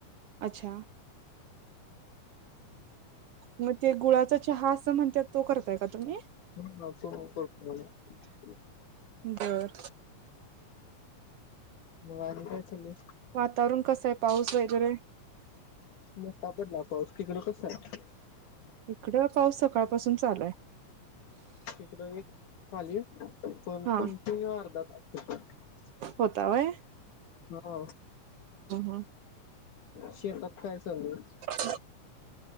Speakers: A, on the right; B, on the left.
A: अच्छा! म ते गुळाचा चहा असं म्हणत्यात तो करताय का तुम्ही?
B: <unintelligible>
A: बरं
B: म आणि काय चाललय?
A: वातावरण कसं आहे पाऊस वगैरे?
B: मोठा पडला पाऊस तिकडं कसं आहे?
A: इकडं पाऊस सकाळपासून चालू हाय.
B: हिकडं एक आली पण
A: हा
B: कंटिन्यू अर्धा तास
A: होता होय.
B: हो
A: हा
B: शेतात काय चालूय?
A: <inaudible>